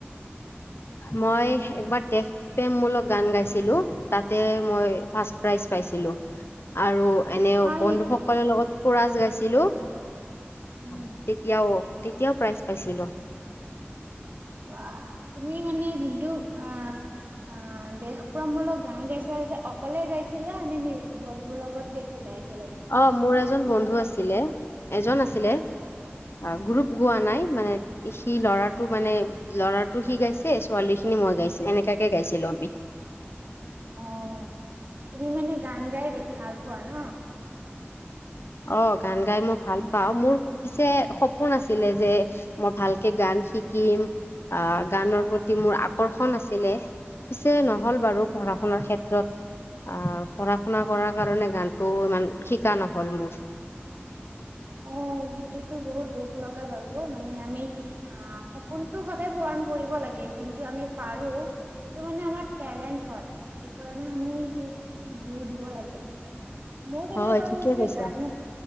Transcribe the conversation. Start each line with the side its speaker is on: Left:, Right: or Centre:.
Left: মই এবাৰ দেশ প্ৰেম মূলক গান গাইছিলোঁ, তাতে মই ফাৰ্ষ্ট প্ৰাইজ পাইছিলোঁ। আৰু এনেও
Right: হয়
Left: বন্ধুসকলৰ
Right: নেকি?
Left: লগত খুৰাচ গাইছিলোঁ।
Right: উম,
Left: তেতিয়াও, তেতিয়াও প্ৰাইজ পাইছিলোঁ।
Right: বা তুমি মানে যোনটো আহ অ', দেশপমূলক গান গাইছিল অকলে গাইছিলা নে নি বন্ধুৰ লগত গাইছিলা। একেলগে
Left: অ', মোৰ এজন
Right: গ্ৰুপত?
Left: বন্ধু আছিলে, এজন আছিলে,
Right: অ',
Left: অ',
Right: উম,
Left: গ্ৰুপ পোৱা নাই মানে সি ল'ৰাটো মানে ল'ৰাটো সি গাইছে ছোৱালীখিনি মই গাইছে এনেকাকে গাইছিলো‍ঁ আমি।
Right: অ', তুমি মানে গান গাই ভাল পোৱা ন।
Left: অ', গান গাই মই ভাল পাওঁ মোৰ পিছে সপোন আছিলে যে মই ভালকে গান শিকিম আহ গানৰ প্ৰতি মোৰ আকৰ্ষণ আছিলে। পিছে নহ'ল বাৰু
Right: উম,
Left: পঢ়া শুনা ক্ষে ত্ৰত, আহ পঢ়া শুনা কাৰণে গানটো ইমান শিকা নহ'ল মোৰ।
Right: অ', সেইটোতো বহুত দুখ লগা বাৰু মানে আমি আহ সপোনটো সদায় পূৰণ কৰিব লাগে যোনটো আমি পাৰোঁ। সেইটো মানে আমাৰ টেলেণ্ট হয়, সেইকাৰণে আমি সেইটোছ জোৰ দিব লাগে। মোৰ
Left: হয়
Right: এনেকুৱা
Left: ঠিকে
Right: হৈছে
Left: কৈছা
Right: গানো,